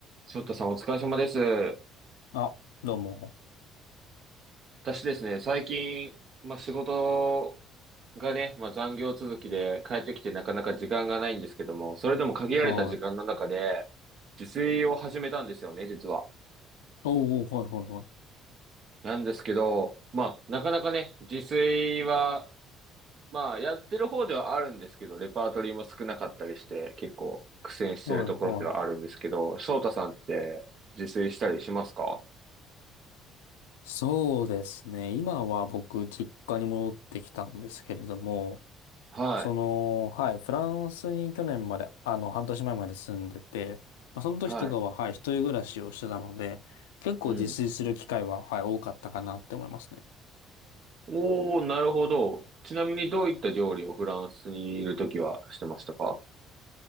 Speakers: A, on the right; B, on the left.
A: 翔太さんお疲れ様です。
B: あ、どうも。
A: 私ですね、最近、まあ、仕事がね、まあ、残業続きで帰ってきてなかなか時間がないんですけども、それでも限られた時間の中で、
B: はい。
A: 自炊を始めたんですよね、実は。
B: おー、はいはいはい。
A: なんですけど、まあ、なかなかね、自炊は、まあ、やってる方ではあるんですけど、レパートリーも少なかったりして、結構苦戦してるところではあるんですけど、
B: はいはい。
A: 翔太さんって自炊したりしますか
B: そうですね。今は僕、実家に戻ってきたんですけれども、
A: はい、
B: その、はい、フランスに去年まで、あの、半年前まで住んでて、まあ、その時とかは、
A: はい、
B: はい、一人暮らしをしてたので、結構自炊する機会は、
A: うん。
B: はい、多かったかなって思いますね。
A: おー、なるほど。ちなみにどういった料理をフランスにいるときはしてましたか